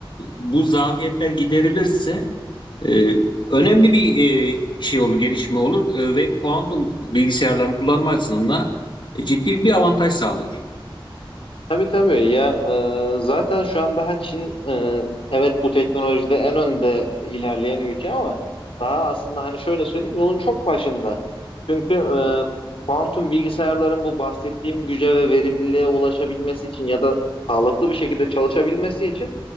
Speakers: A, on the left; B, on the left.
A: bu zafiyetler giderilirse e, önemli bir e, şey olur, gelişme olur E, ve kuantum bilgisayarların kullanma açısından e, ciddi bir avantaj sağlar.
B: Tabii tabii ya e, zaten şu an daha Çin e, evet bu teknolojide en önde ilerleyen ülke ama daha aslında hani şöyle söyleyeyim yolun çok başında. Çünkü e, kuantum bilgisayarların bu bahsettiğim güce ve verimliliğe ulaşabilmesi için ya da sağlıklı bir şekilde çalışabilmesi için